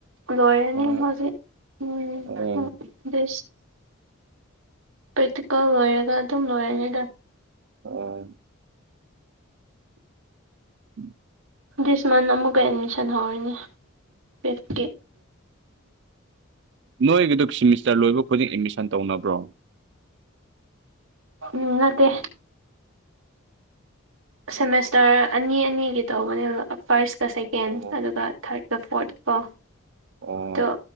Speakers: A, on the right; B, on the right.
A: ꯂꯣꯏꯔꯅꯤ
B: ꯑꯣ
A: ꯍꯧꯖꯤꯛ ꯎꯝ
B: ꯑꯣ
A: ꯎ ꯁ ꯄ꯭ꯔꯦꯛꯇꯤꯀꯜ ꯂꯣꯏꯔꯒ ꯑꯗꯨꯝ ꯂꯣꯏꯔꯅꯤꯗ
B: ꯑꯣ ꯎꯝ
A: ꯗꯤꯁ ꯃꯟꯠ ꯑꯃꯨꯛꯀ ꯑꯦꯗꯃꯤꯁꯟ ꯍꯧꯔꯅꯤ ꯐꯤꯐꯀꯤ
B: <inaudible> ꯅꯣꯏꯒꯤꯗ ꯁꯤꯦꯃꯤꯁꯇꯔ ꯂꯣꯏꯕ ꯈꯨꯗꯤꯡ ꯑꯦꯠꯃꯤꯁꯟ ꯇꯧꯅꯕ꯭ꯔꯣ
A: ꯎꯝ ꯅꯠꯇꯦ ꯁꯦꯃꯤꯁꯇꯔ ꯑꯅꯤ ꯑꯅꯤꯒꯤ ꯇꯧꯕꯅꯦꯕ ꯐꯥꯔꯁꯀ ꯁꯦꯀꯦꯟ
B: ꯑꯣ
A: ꯑꯗꯨꯒ ꯊꯥꯔꯠꯀ ꯐꯣꯔꯠꯀꯣ
B: ꯑꯣ
A: ꯑꯗꯣ